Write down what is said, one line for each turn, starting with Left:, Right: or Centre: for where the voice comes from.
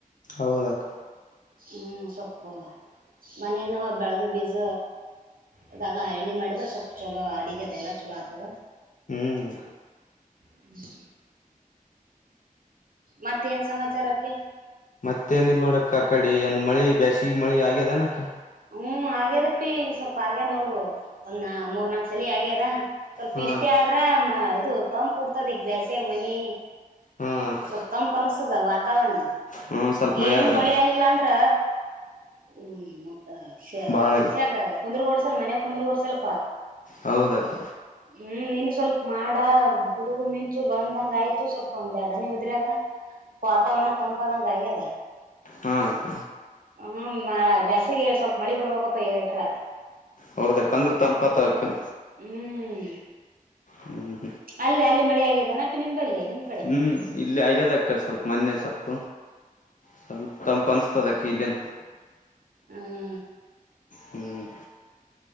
Left: ಹೌದಕ
Right: ಹ್ಮ್ ಸೊಪ್ಪು ಮನೇನ ಬೆಳೆದು ಬೀಜ ಅದಾಗ ಎಣ್ಣೆ ಮಾಡಿದರೆೆ ಸ್ವಲ್ಪ ಚಲೋ ಅಿಗೆದೆ ಎಲ್ಲ ಚಲೋ ಆಗ್ತದ
Left: ಹ್ಮ್
Right: ಹ್ಮ್ ಮತ್ತೆ ಏನ್ ಸಮಾಚಾರ ಅಿ
Left: ಮತ್ತೇನಲ್ ನೋಡಕ್ಕ ಆ ಕಡೆ ಏನ್ ಮಳಿ ಬೇಾಸಗ ಮಳಿ ಆಗ್ಯದ ಅನಕ್ಕ
Right: ಹ್ಮ್ ಆಗ್ಯದಪ್ಪಿ ಸ್ವಲ್ಪ ಆಗ್ಯ ನೋಡು ಒಂದ್ ಮೂರ್ ನಾಕ್ ಸಲ ಆಗ್ಯದ ಸ್ವಲ್ಪ
Left: ಹಾ
Right: ಇಷ್ಟೇ
Left: ಅಕ್ಕ
Right: ಆದ್ರ ಇದು ತಂದ ಕುಡ್ತದ ಈಗ ಬೇಸ್ಯಾಗ ಮನಿ
Left: ಹಾ ಅಕ್ಕ
Right: ಸ್ಪ್ತಂಪನಸದ ವಾಾವರಣ
Left: ಹ್ಮ ಸ್ವಲ್ಪ ಮಳೆ
Right: ಏನು
Left: ಆದ್ರ
Right: ಮಳೆಲ್ಲಿಿಲ್ಲ ಅಂದ್ರ ಹ್ಮ ಮತ್ತಂಷ
Left: ಬಾಳ
Right: ಕುಂದ್ರ ಡ್ಸಲ್ ಮನ್ಯಾಗ ಕುಂದ್ರ ಡ್ಸಲ್ಪ
Left: ಹೌದಕ್ಕ
Right: ಹ್ಮ್ ನಿನ್ ಸ್ವಲ್ಪ ಮಾಡ ಹುಡುಗು ಮಿಂಚು ಬಂದಂಗ ಆಯ್ತು ಸ್ವಲ್ಪ ಒಂದ್ ಎಡನಿ ಉದ್ರದ ಪಾತಾವಣ ತಂಪಾದಾ ಕೈದ
Left: ಹಾಕ
Right: ಹ್ಮ ಬಸಗೆ ಸ್ವಲ್ಪ ಮಳಿ ಬರ್ಬೇಕಪ್ಪ ಏಟ್ರ
Left: ಹೌದೇಕಂದ್ರೆ ತಂಪತಕ
Right: ಹ್ಮ್
Left: ಹ್ಮ್
Right: ಅಲ್ಲೇ ಅಲ್ಲಿ ಮಳೆ ಆಗಿದೆಾನಕ ನಿಂಬಲ್ಲಿ ನಿಮ
Left: ಹ್ಮ್ ಇಲ್ಲಿ ಆಗ್ಯದಕ್ಕ ಸ್ವಲ್ಪ ಮೊನ್ನೆ ಸ್ವಲ್ಪ ಸ್ವಲ್ಪ ತಂಪು ಅನಸ್ತದಕ್ಕ ಅಕಲ
Right: ಹ್ಮ
Left: ಹ್ಮ್